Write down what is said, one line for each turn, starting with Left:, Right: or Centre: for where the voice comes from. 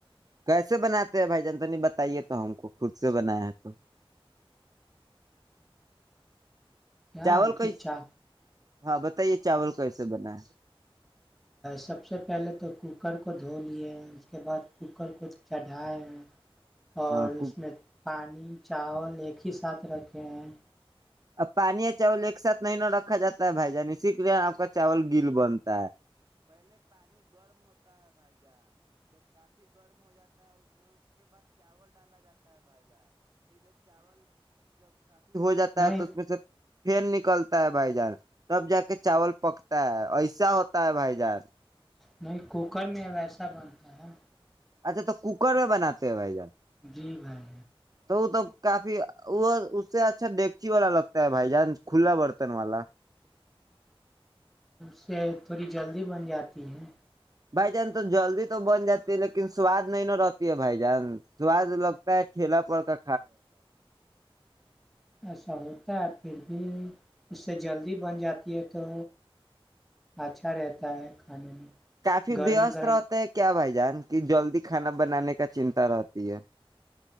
Right: کیسے بناتے ہیں بھائی جان تو نہیں بتائیے تو ہم کو خود سے بنایا تو
Centre: کیا
Right: چاول
Centre: امتچھا
Right: کیس ہاں بتائیے چاول کیسے بنا ہے
Centre: سب سے پہلے تو کوکر کو دھو لیے اس کے بعد کوکر کو چڑھائے ہیں اور
Right: ہاں خوب،
Centre: اس میں چاول ایک ہی ساتھ رکھے ہیں
Right: پانی چول ایک ساتھ نہیں نہ رکھا جاتا ہے بھائی جان اسی لیے اپ کا چاول گل بنتا ہے <inaudible>
Centre: نہیں
Right: نکلتا ہے بھائی جان سب جا کے چاول پکتا ہے ایسا ہوتا ہے بھائی جان
Centre: نہیں کوکر میں ویسا بنتا ہے
Right: اچھا تو ککر میں بناتے ہو بھائی جان
Centre: جی بھائی
Right: تو وہ تو کافی اور اس سے اچھا نیکی والا لگتا ہے بھائی جان کھلا برتن والا
Centre: سے تھوڑی جلدی بن جاتی ہے
Right: بھائی جان تم جلدی تو بن جاتی لیکن سواد میں روتی ہے بھائی جان دعا پہ کھیلا پڑ کر
Centre: ایسا ہوتا ہے اردو اس سے جلد بن جاتی ہے تو اچھا رہتا ہے کھانے میں
Right: کافی
Centre: گرم
Right: ویست
Centre: گرم
Right: رہتے ہیں بھائی جان جان کی جلدی کھانا بنانے کا چنتا راتی ہے